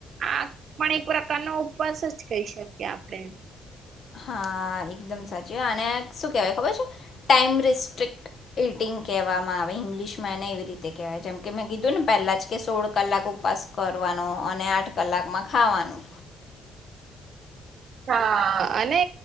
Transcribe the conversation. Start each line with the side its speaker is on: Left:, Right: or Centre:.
Right: આ પણ એક પ્રકારનોો ઉપવાસ જ કહી શકીએ આપણે
Left: હા એકદમ સાચી અને શું કહેવાય ખબર છે ટાઈમ રિસ્ટ્રિક્ટ એટિંગ કહેવામાં આવે ઇંગ્લિશમાં એને એવી રીતે કહેવાય જેમ કે મેં કીધું ને પહેલા જ કે સોળ કલાક ઉપવાસ કરો અને આઠ કલાકમાં ખાવાનું
Right: હા અને